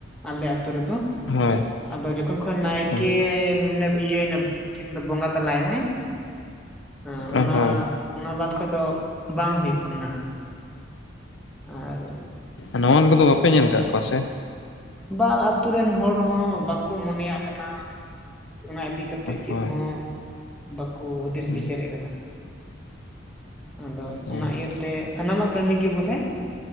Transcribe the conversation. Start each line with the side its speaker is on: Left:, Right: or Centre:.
Centre: ᱟᱞᱮ ᱟᱛᱳ ᱨᱮᱫᱚ
Left: ᱦᱳᱭ᱾
Centre: ᱟᱫᱚ ᱡᱚᱠᱷᱚᱱ ᱠᱷᱚᱱ ᱱᱟᱭᱠᱮ
Left: ᱦᱳᱭ
Centre: ᱤᱭᱟᱹᱭᱱᱟ ᱪᱮᱫ ᱠᱚᱢᱮᱱ ᱵᱚᱸᱜᱟ ᱛᱟᱞᱟᱭᱱᱟᱭ ᱟᱸ
Left: ᱚ
Centre: ᱚᱱᱟ
Left: ᱦᱳᱭ
Centre: ᱚᱱᱟ ᱵᱟᱫ ᱠᱷᱚᱡ ᱫᱚ ᱵᱟᱝ ᱦᱩᱭᱩᱜ ᱠᱟᱱᱟ᱾ ᱟᱨᱼᱼ
Left: ᱱᱟᱶᱟᱱ ᱠᱚᱫᱚ ᱵᱟᱯᱮ ᱧᱮᱞ ᱠᱟᱜ ᱠᱩᱣᱟ ᱥᱮ?
Centre: ᱵᱟᱨ ᱟᱛᱩ ᱨᱮᱱ ᱦᱚᱲ ᱦᱚᱸ ᱵᱟᱠᱚ ᱢᱚᱱᱮ ᱭᱟᱜ ᱠᱟᱱᱟ᱾ ᱚᱱᱟ ᱤᱫᱤ ᱠᱟᱛᱮᱜ ᱪᱤᱫ
Left: ᱦᱳᱭ
Centre: ᱦᱚᱸ ᱵᱟᱠᱚ ᱦᱩᱫᱤᱥ
Left: ᱦᱳᱭ
Centre: ᱵᱤᱪᱟᱹᱨᱮᱜ ᱠᱟᱱᱟ ᱾ ᱟᱫᱚ
Left: ᱦᱳᱭ
Centre: ᱚᱱᱟ ᱤᱭᱟᱹᱛᱮ ᱥᱟᱱᱟᱢᱟᱜ ᱠᱟᱹᱢᱤ ᱜᱮ ᱵᱚᱞᱮ